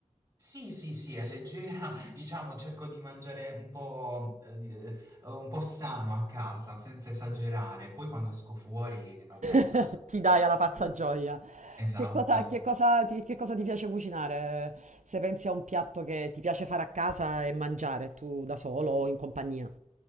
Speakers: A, on the right (about 25°); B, on the right (about 75°).
A: Sì, sì, sì, è leggera, <laughs> diciamo, cerco di mangiare un po', eh, un po' sano a casa, senza esagerare. Poi quando esco fuori, vabbè,
B: <laughs>
A: lo so.
B: Ti dai alla pazza
A: <laughs>
B: gioia.
A: Esatto.
B: Che cosa, che cosa ti, che cosa ti piace cucinare? Se pensi a un piatto che ti piace fare a casa e mangiare tu da solo o in compagnia?